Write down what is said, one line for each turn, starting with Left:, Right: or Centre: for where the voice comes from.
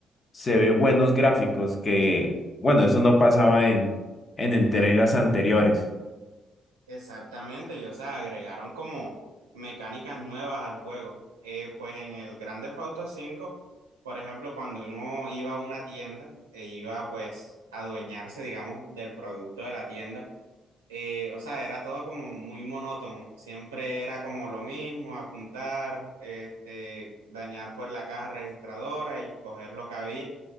Left: se ve buenos gráficos que, bueno, eso no pasaba en, en entregas anteriores.
Right: Exactamente, y o sea, agregaron como mecánicas nuevas al juego. Eh, pues en el Grand Theft Auto 5, por ejemplo, cuando uno iba a una tienda e iba pues a adueñarse, digamos, del producto de la tienda, eh, o sea, era todo como muy monótono. Siempre era como lo mismo, apuntar, este, dañar pues la caja registradora y coger lo que había